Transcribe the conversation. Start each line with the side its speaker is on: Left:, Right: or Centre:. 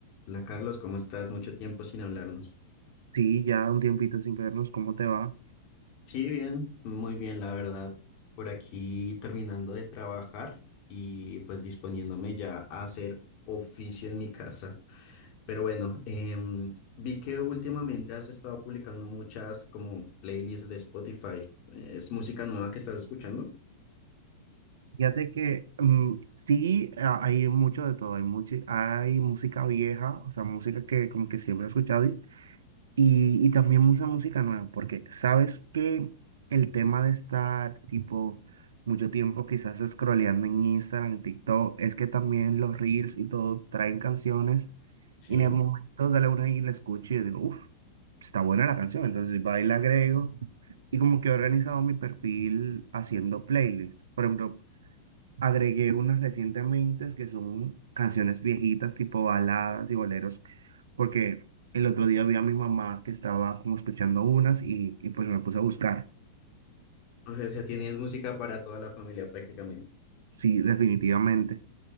Left: Hola Carlos, ¿cómo estás? Mucho tiempo sin hablarnos.
Right: Sí, ya un tiempito sin vernos, ¿cómo te va?
Left: Sí, bien, muy bien, la verdad. Por aquí terminando de trabajar y pues disponiéndome ya a hacer oficio en mi casa. Pero bueno, em, vi que últimamente has estado publicando muchas como playlists de Spotify. ¿Es música nueva que estás escuchando?
Right: Fíjate que mm, sí, a- hay mucho de todo, hay, muchi- hay música vieja, o sea, música que como que siempre he escuchado Y, y también mucha música nueva, porque sabes que el tema de estar tipo mucho tiempo quizás scrolleando en Instagram, en TikTok, es que también los reels y todo traen canciones
Left: Sí.
Right: y en el momento de la una y la escucho y yo digo, uff, está buena la canción, entonces va y la agrego y como que he organizado mi perfil haciendo playlists. Por ejemplo, Agregué unas recientemente que son canciones viejitas, tipo baladas y boleros, porque el otro día vi a mi mamá que estaba como escuchando unas y, y pues me puse a buscar.
Left: O sea, tienes música para toda la familia prácticamente.
Right: Sí, definitivamente.